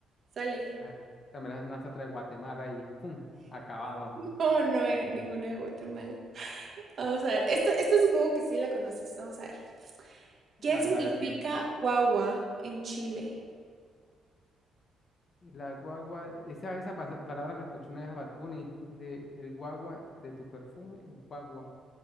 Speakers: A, on the right; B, on the left.
A: Sale.
B: A ver, también las lanza otra de Guatemala y ¡pum! Acabado.
A: <laughs> Oh, no, ya ninguna de Guatemala. Vamos a ver. Esta, esta supongo que sí la conoces. Vamos a ver. ¿Qué
B: A ver,
A: significa
B: a ver.
A: guagua en Chile?
B: La guagua, esa, esa pa- palabra la escuché una vez a Bad Bunny, de el guagua de tu perfume, el guagua.